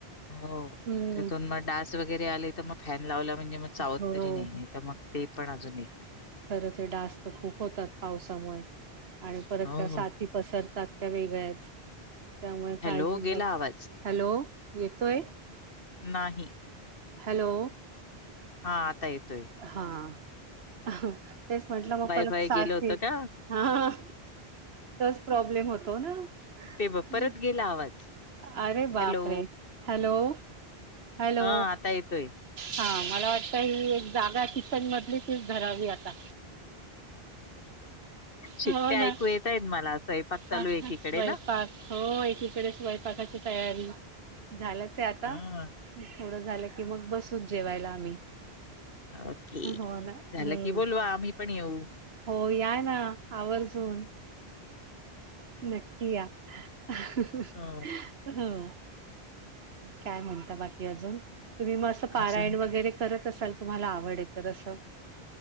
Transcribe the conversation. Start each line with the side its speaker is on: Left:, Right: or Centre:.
Left: हो
Right: हम्म
Left: त्यातून मग डास वगैरे आले तर मग फॅन लावला म्हणजे मग चावत
Right: हो
Left: तरी नाही नाही तर मग ते पण अजून एक
Right: खरच डस्त खूप होतात पावसामुळे आणि परत
Left: हो.
Right: त्या साथी पसरतात त्या वेगळ्याच त्यामुळे
Left: हॅलो
Right: काळजी
Left: गेला
Right: घ्या
Left: आवाज?
Right: हॅलो येतोय.
Left: नाही.
Right: हॅलो.
Left: हा आता येतोय.
Right: हा. तेच म्हंटलं मग
Left: वाय-फाय
Right: परत साथ
Left: गेलं होतं का?
Right: हा तच प्रॉब्लेम होतो ना.
Left: ते बघ परत
Right: मग
Left: गेला आवाज.
Right: अरे बाप
Left: हॅलो.
Right: रे हॅलो. हॅलो
Left: हां, आता येतोय.
Right: हा मला वाट काही एक जागा किचन मधली तच धरावी आता
Left: शिट्ट्या
Right: हो ना
Left: ऐकू येतायेत मला. स्वयंपाक चालू
Right: स्वयंपाक.
Left: आहे एकीकडे ना.
Right: हो एकीकडे स्वयंपाकाची तयारी झाल्याच आहे आता
Left: हां.
Right: थोडं झालं की मग बसच जेवायला आम्ही.
Left: हो
Right: हो ना
Left: झालं
Right: हम्म
Left: की बोलवा आम्ही पण येऊ.
Right: हो या ना आवर्जून नक्की या. अ.
Left: हो.
Right: हो काय म्हणता बाकी अजून तुम्ही मस्त. पारायण
Left: अजून
Right: वगैरे करत असाल तुम्हाला आवड तर असं.